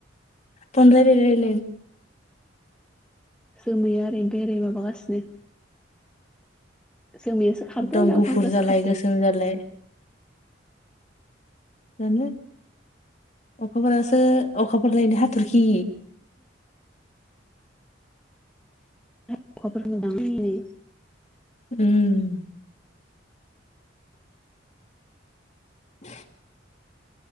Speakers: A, on the left (about 40°); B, in the centre.
A: फन रायलाय रायलायनो
B: जोमैया ओरै बेराय माबागासिनो जोमैयासो खारदो
A: एकदम
B: ना
A: गुफुर
B: अखाफोरासो
A: जालाय
B: खारदो
A: गोसोम जालाय जानो अखाफोरासो अखाफोर लायनो हा- थरखि
B: अखाफोरखो नुदां ओइनै
A: उम <inaudible>